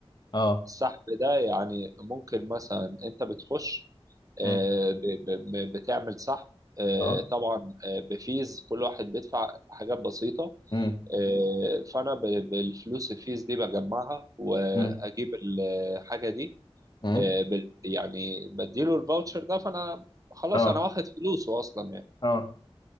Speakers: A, on the left; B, on the right.
A: اه
B: السحب ده يعني ممكن مثلا انت بتخش آه،
A: مم.
B: ب- ب- بتعمل سحب آه،
A: اه
B: طبعا آه، بفيز كل واحد بيدفع حاجات بسيطة
A: مم.
B: آه، فانا ب- بالفلوس الفيز دي بجمعها واجيب
A: مم.
B: الحاجة دي
A: مم.
B: آه، بال- يعني بديله الفاوتشر ده فانا خلاص
A: اه
B: انا واخد فلوسه اصلا يعني
A: اه